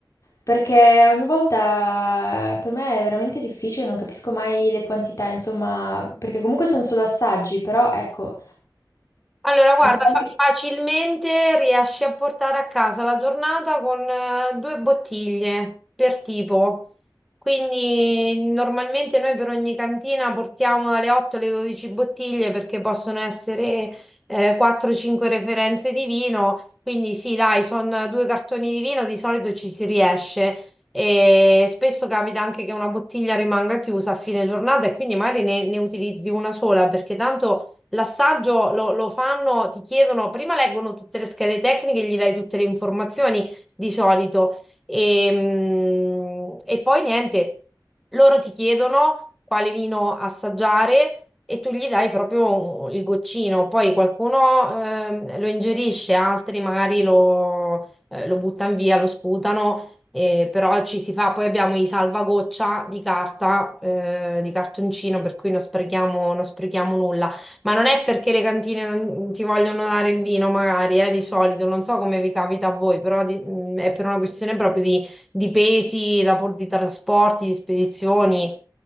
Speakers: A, on the left; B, in the centre.
A: perché ogni volta per me è veramente difficile, non capisco mai le quantità, insomma, perché comunque sono solo assaggi, però ecco,
B: Allora, guarda,
A: non-
B: fa- facilmente riesci a portare a casa la giornata con eh, due bottiglie per tipo. Quindi normalmente noi per ogni cantina portiamo dalle 8 alle 12 bottiglie perché possono essere eh, 4-5 referenze di vino. Quindi sì, dai, sono due cartoni di vino, di solito ci si riesce. E spesso capita anche che una bottiglia rimanga chiusa a fine giornata e quindi magari ne, ne utilizzi una sola perché tanto L'assaggio lo, lo fanno, ti chiedono, prima leggono tutte le schede tecniche, gli dai tutte le informazioni di solito e, mm, e poi niente, loro ti chiedono quale vino assaggiare e tu gli dai proprio il goccino, poi qualcuno ehm, lo ingerisce, altri magari lo, eh, lo buttano via, lo sputano. Eh, però ci si fa, poi abbiamo i salvagoccia di carta, eh, di cartoncino, per cui non sprechiamo, non sprechiamo nulla. Ma non è perché le cantine non ti vogliono dare il vino, magari, eh, di solito, non so come vi capita a voi, però di- mh, è per una questione proprio di, di pesi, da por- di trasporti, di spedizioni,